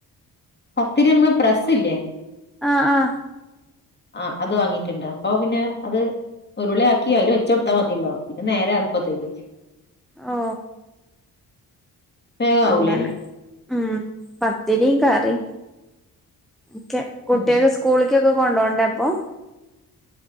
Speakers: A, on the left (about 25°); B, in the centre.
A: പത്തിരി നമ്മള് പ്രസ് ഇല്ലേ
B: ആ ആ
A: ആ അത് വാങ്ങിട്ടുണ്ട് അപ്പൊ പിന്നെ അത് ഒരുവിള ആക്കി അതിൽ വെച്ച കൊടുത്താ മതിയല്ലോ പിന്നെ നേരെ അടുപ്പത്തേക്ക്
B: ഓ
A: വേഗാവൂലേ
B: അങ്ങനെ ഉം പത്തിരിയും കറി ക്കെ കുട്ടിയൊക്കെ
A: ഉം
B: സ്കൂള് ഒക്കെ കൊണ്ടപോണ്ടേ അപ്പൊ